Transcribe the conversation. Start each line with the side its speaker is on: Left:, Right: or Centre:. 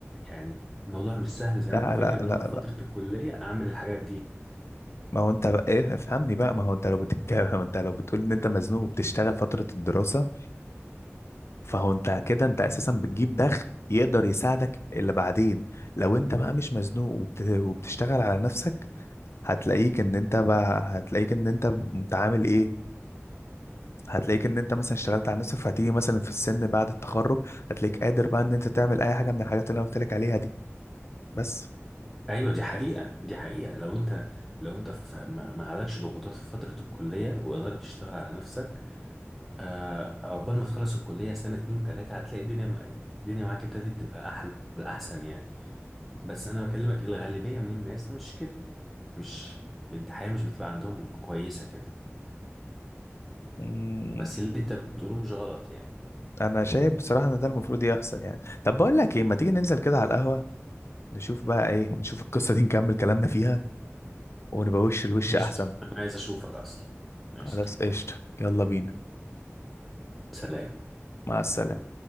Centre: يعني الموضوع مش سهل زي
Left: لا
Centre: ما انت فاكر
Left: لا
Centre: ان
Left: لا
Centre: هو في فترة الكلية اعمل الحاجات دي
Left: ما هو انت بقى ايه افهمني بقى ما هو انت لو بتتكلم <laughs> انت لو بتقول ان انت مزنوق وبتشتغل فترة الدراسة فهو انت كده انت اساسا بتجيب دخل يقدر يساعدك اللي بعدين لو انت بقى مش مزنوق وبت... وبتشتغل على نفسك هتلاقيك ان انت بقى هتلاقيك ان انت متعامل ايه هتلاقيك ان انت مثلا اشتغلت على نفسك فهتيجي مثلا في السن بعد التخرج هتلاقيك قادر بقى ان انت تعمل اي حاجة من الحاجات اللي انا قلت لك عليها دي بس
Centre: ايوه دي حقيقة دي حقيقة لو انت لو انت في ما ما عليكش ضغوطات في فترة الكلية وقدرت تشتغل على نفسك آه، عقبال ما تخلص الكلية سنة اتنين تلاتة هتلاقي الدنيا مع... الدنيا معاك ابتدت تبقى احلى احسن يعني بس انا بكلمك الغالبية من الناس مش كده يعني مش الحياة مش بتبقى عندهم كويسة كده
Left: مم،
Centre: بس اللي انت بتقوله مش غلط يعني
Left: انا شايف بصراحة ان ده المفروض يحصل يعني طب بقول لك ايه ما تيجي ننزل كده على القهوة نشوف بقى ايه نشوف القصة دي نكمل كلامنا فيها ونبقى وش لوش
Centre: قشطة
Left: احسن
Centre: انا عايز اشوفك اصلا قشطة
Left: خلاص قشطة يلا بينا
Centre: سلام
Left: مع السلامة